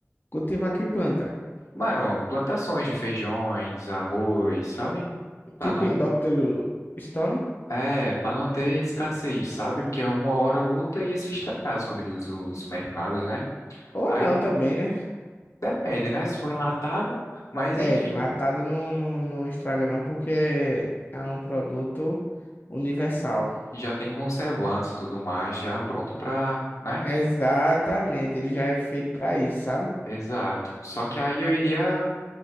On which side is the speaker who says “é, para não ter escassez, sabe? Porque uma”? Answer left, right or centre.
Left